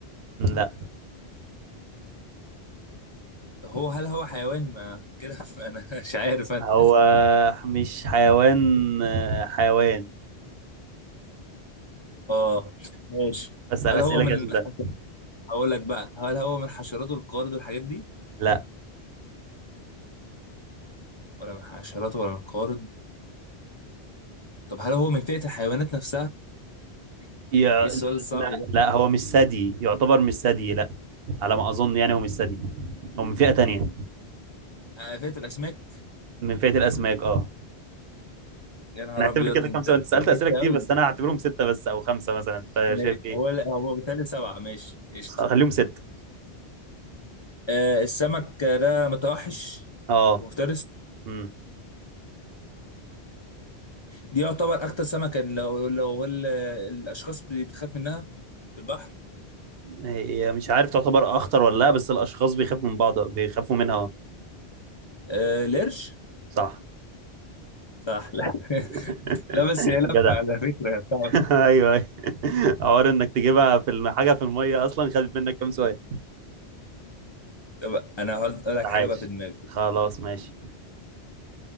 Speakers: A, on the right; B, on the left.
A: لا
B: ده هو هل هو حيوان ما كده <laughs> انا مش عارف انا
A: هو مش حيوان آه، حيوان
B: اه ماشي
A: بسأل
B: هل
A: أسئلة
B: هو من
A: كده عشان ده
B: هقول لك بقى هل هو من حشرات القارد والحاجات دي
A: لا
B: ولا من حشرات ولا من القارد طب هل هو من فئة الحيوانات نفسها يعني
A: يع...
B: ايه السؤال الصعب
A: لا
B: ده
A: لا هو مش ثدي يعتبر مش ثدي لا على ما أظن يعني هو مش ثدي هو من فئة تانية
B: آه، فئة الاسماك
A: من فئة الأسماك اه
B: يا نهار
A: أنا هعتبر
B: ابيض
A: كده
B: انت
A: كام سؤال
B: أنت
A: أنت سألت
B: بعدت
A: أسئلة كتير
B: قوي
A: بس أنا هعتبرهم ستة بس أو خمسة مثلا أنت
B: ماشي
A: شايف إيه
B: هو لا هو بالتالي سبعة ماشي قشطة
A: خليهم ستة
B: آه السمك ده متوحش
A: اه
B: هو مفترس
A: امم
B: دي يعتبر اكتر سمكة لو لو هو ال- الاشخاص بتخاف منها في البحر
A: هي مش عارف تعتبر أخطر ولا لا بس الأشخاص بيخافوا من بعض بيخافوا منها اه
B: آه القرش
A: صح
B: صح لا <laughs>
A: <laughs>
B: لا بس هي لفه
A: جدع
B: على فكره صعبه
A: ايوه ايوه <laughs> حوار انك تجيبها في الم- حاجه في الميه اصلا خدت منك كام سؤال
B: طب انا هقول لك
A: عاش
B: حاجه بقى في دماغي
A: خلاص ماشي